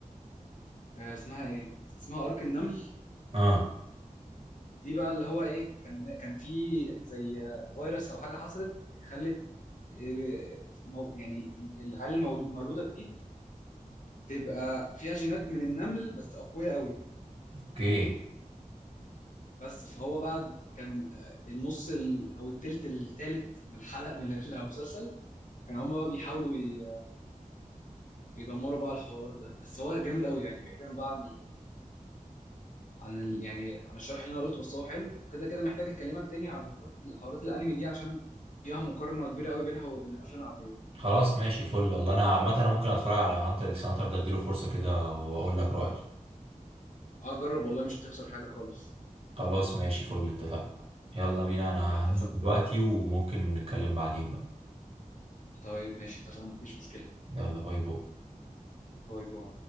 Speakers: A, on the left; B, on the right.
A: آه، اسمها ايه اسمها ارك النمل
B: اه
A: دي بقى اللي هو ايه كان كان في زي آه، فيروس او حاجة حصلت خلت آه، مو- يعني العيال المولودة جديد تبقى فيها جينات من النمل بس أقوياء قوي
B: اوكي
A: بس فهو بقى كان آه، النص ال... او التلت التالت من الحلقه من المسلسل كان هم بقى بيحاولوا ي- يدمروا بقى الحوار ده بس هو جامد قوي يعني بعيدا بقى عن ال... عن ال... يعني عن الشرح اللي انا قلته بس هو حلو كده كده محتاج اكلمك تاني عن الحوارات حوارات الانمي دي عشان فيها مقارنه كبيره قوي بينها وبين الافلام العاديه
B: خلاص ماشي فل والله انا عامة انا ممكن اتفرج على هانتر اكس هانتر ده اديله فرصة كده واقول لك رأيي
A: اه جرب والله مش هتخسر حاجه خالص
B: خلاص ماشي فل اتفقنا يلا بينا انا
A: اتفق
B: هنزل دلوقتي وممكن نتكلم بعدين بقى
A: طيب ماشي اتفقنا مفيش مشكله
B: يلا باي باي
A: باي باي